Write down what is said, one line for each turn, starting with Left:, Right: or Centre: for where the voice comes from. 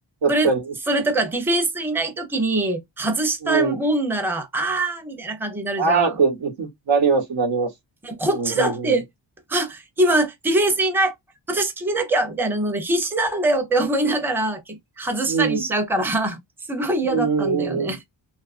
Centre: それ、
Right: かに。
Centre: それとかディフェンスいない時に外したもんなら、
Right: うん。
Centre: あーみたいな感じになるじゃん。
Right: ああって、
Centre: も
Right: いつなります、なります。
Centre: うこっちだって、
Right: うん、うん、うん。
Centre: あ、今ディフェンスいない。私決めなきゃみたいなので必死なんだよって思いながら、け外したりしちゃうから、
Right: うん、
Centre: <laughs> すごい嫌だったんだよね。
Right: うん、うん、うん。